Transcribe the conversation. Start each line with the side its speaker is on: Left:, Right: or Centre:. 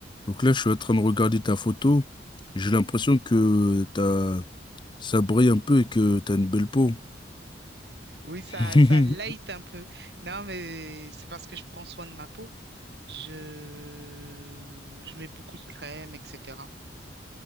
Left: Donc là, je suis en train de regarder ta photo. J'ai l'impression que t'as, ça brille un peu et que t'as une belle peau.
Right: Oui, ça,
Left: <laughs>
Right: ça light un peu. Non, mais c'est parce que je prends soin de ma peau. Je, je mets beaucoup de crème, etc.